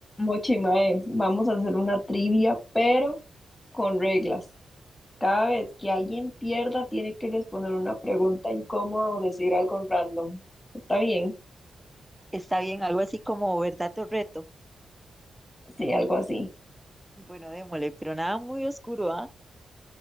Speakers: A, on the left; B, in the centre.
A: Mochi, mae, vamos a hacer una trivia, pero con reglas. Cada vez que alguien pierda, tiene que responder una pregunta incómoda o decir algo random. ¿Está bien?
B: Está bien, algo así como verdad o reto.
A: Sí, algo así.
B: Bueno, démosle, pero nada muy oscuro, ¿ah?